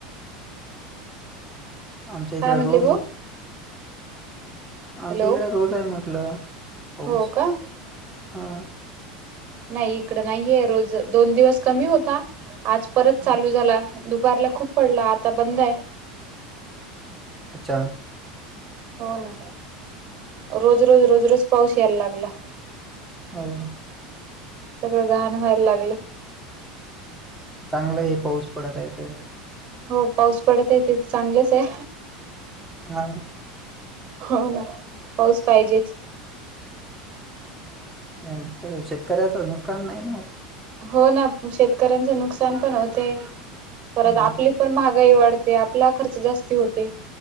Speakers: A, in the centre; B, on the right.
A: आमच्या इकडे
B: काय म्हणले
A: रोज
B: भाऊ?
A: आहे. आमच्या
B: हॅलो
A: इकडे रोज आहे. म्हटलं पाऊस.
B: हो का
A: हा.
B: नाही इकडं नाहीये, रोज दोन दिवस कमी होता आज परत
A: हां.
B: चालू झाला. दुपारला खूप पडला, आता बंद आहे.
A: अच्छा.
B: हो. ना. रोज, रोज, रोज, रोज पाऊस यायला लागला.
A: हावू..
B: सगळं घाण व्हायला लागलं.
A: चांगलाय आहे. पाऊस पडत आहे तर.
B: हो पाऊस पडत आहे, ते तर चांगलेच ये.
A: हां.
B: हो ना, पाऊस पाहिजेच.
A: डायरेक्ट शेतकऱ्याचं नुकसान नाही ना होत.
B: हो. ना, शेतकऱ्यांचे नुकसान पण, होते परत
A: हं,
B: आपली पण महागाई वाढते, आपला खर्च जास्ती होते.